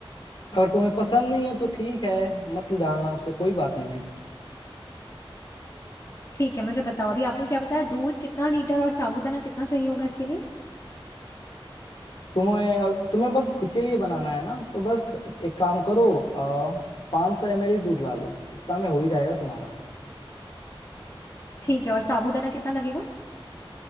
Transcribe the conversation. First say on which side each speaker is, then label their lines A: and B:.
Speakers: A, on the left; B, on the left.
A: अगर तुम्हें पसंद नहीं है तो ठीक है मत डालना उसे कोई बात नहीं है
B: ठीक है मुझे बताओ अभी आपने क्या बताया दूध कितना लीटर और साबूदाना कितना चाहिए होगा इसके लिए
A: तुम्हें तुम्हें बस खुद के लिए बनाना है ना तो बस एक काम करो पाँच सौ एम एल दूध ला लो उतना में हो ही जाएगा तुम्हारा
B: ठीक है और साबूदाना कितना लगेगा